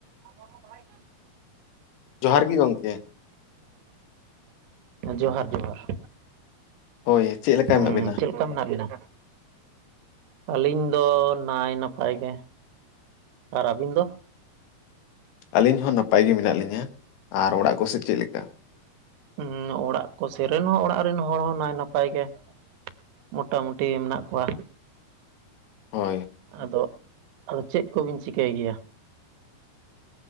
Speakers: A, on the right; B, on the left.
A: ᱟᱫᱚ ᱵᱟᱭ
B: ᱡᱚᱦᱟᱨ ᱜᱮ ᱜᱚᱢᱠᱮ
A: ᱡᱚᱦᱟᱨ ᱡᱚᱦᱟᱨ
B: ᱦᱳᱭ ᱪᱮᱫ ᱞᱮᱠᱟ
A: ᱦᱩᱸ
B: ᱢᱮᱱᱟᱜ ᱵᱤᱱᱟ
A: ᱪᱮᱫ ᱢᱮᱱᱟᱜ ᱵᱤᱱᱟ ᱟᱹᱞᱤᱧ ᱫᱚ ᱱᱟᱭ ᱱᱟᱯᱟᱭ ᱜᱮ ᱟᱨ ᱟᱹᱵᱤᱱ ᱫᱚ
B: ᱟᱹᱞᱤᱧ ᱦᱚᱸ ᱱᱟᱯᱟᱭ ᱜᱮ ᱢᱮᱱᱟᱜ ᱞᱤᱧᱟᱹ ᱟᱨ ᱚᱲᱟᱜ ᱠᱚᱥᱮ ᱪᱮᱫ ᱞᱮᱠᱟ
A: ᱦᱮᱸ ᱚᱲᱟᱜ ᱠᱚ ᱥᱮᱨᱮᱱ ᱦᱚᱸ ᱚᱲᱟᱜ ᱨᱮᱱ ᱦᱚᱲ ᱦᱚᱸ ᱱᱟᱭ ᱱᱟᱯᱟᱭ ᱜᱮ ᱢᱳᱴᱟᱢᱩᱴᱤ ᱢᱮᱱᱟᱜ ᱠᱚᱣᱟ
B: ᱦᱳᱭ
A: ᱟᱫᱚ ᱟᱫᱚ ᱪᱮᱫ ᱠᱚᱵᱤᱱ ᱪᱤᱠᱟᱹᱭ ᱜᱮᱭᱟ?